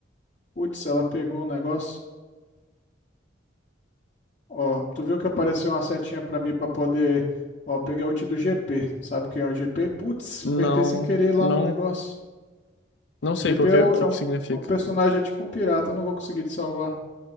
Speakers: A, on the left (about 40°); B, on the left (about 65°).
A: Putz, ela pegou um negócio. Ó, tu viu que apareceu uma setinha pra mim pra poder... Ó, peguei a ult do GP. Sabe quem é o GP? Putz,
B: Não,
A: apertei sem querer lá
B: não,
A: no negócio.
B: não sei
A: GP
B: qual que,
A: é,
B: é-
A: o-
B: que,
A: é
B: que
A: um,
B: significa.
A: é um personagem, é tipo um pirata, eu não vou conseguir te salvar.